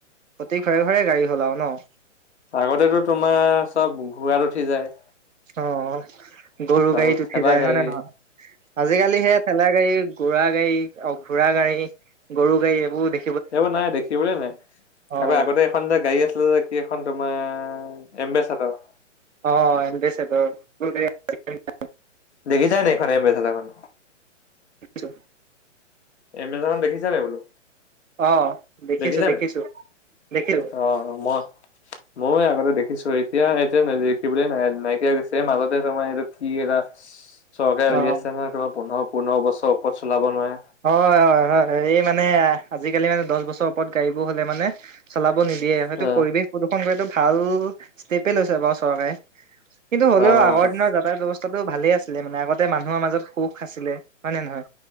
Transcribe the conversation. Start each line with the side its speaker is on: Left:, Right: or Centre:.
Right: প্ৰতি ঘৰে ঘৰে গাড়ী হ'ল আৰু ন'।
Left: আগতেতো তোমাৰ চব ঘোঁৰাত উঠি যায়।
Right: অ', গৰু
Left: তাৰপিছত
Right: গাড়ীত উঠি
Left: ঠেলা
Right: যায়
Left: গাড়ী
Right: হয় নে নহয়, আজিকালি সেয়া ঠেলা গাড়ী ঘোঁৰা গাড়ী অ, ঘোঁৰা গাড়ী, গৰু গাড়ী এইবোৰ দে
Left: সেইবোৰ নাই দেখি বলয়ে নাই
Right: অ'
Left: আকৌ আগতে এখন যে গাড়ী আছিলে যে কি এখন তোমাৰ এম্বেচেডৰ।
Right: অ' এম্বেচেডৰ <inaudible>
Left: দেখিছানে দেখা নাই এম্বেচেডৰখন?
Right: দেখিছোঁ।
Left: এম্বেচেডৰ দেখিছা নাই বোলো?
Right: অ' দেখিছো
Left: দেখিছানে
Right: দেখিছো দেখিছো
Left: অ', মই মই আগতে দেখি দেখিছো এতিয়া এতিয়া নেদেখিবলৈ নাই নাইকিয়া হয় গৈছে মাজতে তোমাৰ এইটো কি এৰা চৰকাৰে উলিয়াইছে
Right: অ'।
Left: নহয় তোমাৰ পোন্ধৰ পোন্ধৰ বছৰ ওপৰত চলাব নোৱাৰে।
Right: হয়, হয়, হয়, হয়, এই মানে আজিকালি মানে দশ বছৰ ওপৰত গাড়ী বোৰ হ'লে মানে চলাব নিদ দিয়ে হয়টো
Left: অ',
Right: পৰিৱেশ প্ৰদূষণ কৰাটো ভাল ষ্টেপে লৈছে বাৰু চৰকাৰে। কিন্তু হ'লেও
Left: অ',
Right: আগৰ দিনৰ যাতায়ৰ ব্যৱস্থাটো ভালে আছিলে মানে আগতে মানুহ মানুহৰ মাজত সুখ আছিলে হয় নে নহয়,